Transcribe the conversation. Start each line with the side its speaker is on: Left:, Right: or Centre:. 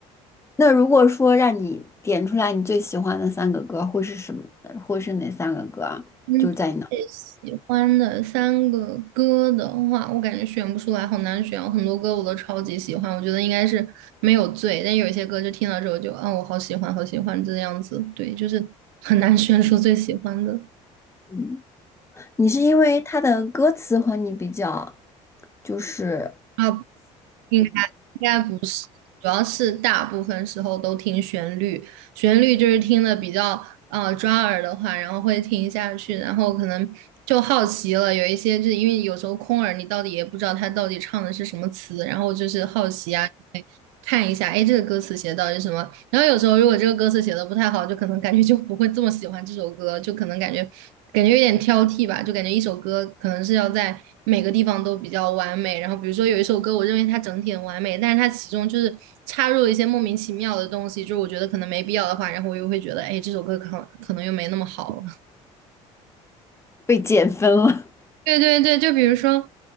Left: 那如果说让你点出来你最喜欢的三个歌，会是什么？呃会是哪三个歌啊？
Right: 嗯，
Left: 就是在你脑，
Right: 最喜欢的三个歌的话，我感觉选不出来，好难选哦。很多歌我都超级喜欢，我觉得应该是没有最，但有一些歌就听到之后就啊，我好喜欢，好喜欢这样子。对，就是很难选出最喜欢的
Left: 嗯，你是因为它的歌词和你比较，就是
Right: 啊，应该应该主要是大部分时候都听旋律，旋律就是听的比较呃抓耳的话，然后会听下去，然后可能就好奇了。有一些就是因为有时候空耳，你到底也不知道他到底唱的是什么词，然后就是好奇啊，看一下，哎，这个歌词写的到底是什么？然后有时候如果这个歌词写的不太好，就可能感觉就不会这么喜欢这首歌，就可能感觉感觉有点挑剔吧，就感觉一首歌可能是要在每个地方都比较完美。然后比如说有一首歌，我认为它整体很完美，但是它其中就是插入了一些莫名其妙的东西，就是我觉得可能没必要的话，然后我又会觉得，哎，这首歌可能可能又没那么好了
Left: 被减分了，
Right: <laughs> 对对对，就比如说。